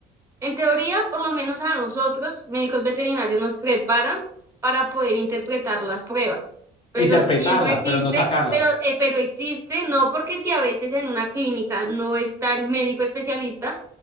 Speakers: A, on the right; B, on the left.
A: En teoría, por lo menos a nosotros, médicos veterinarios, nos preparan para poder interpretar las pruebas. Pero
B: Interpretarlas,
A: siempre existe,
B: pero no sacarlas.
A: pero, eh, pero existe, no porque si a veces en una clínica no está el médico especialista,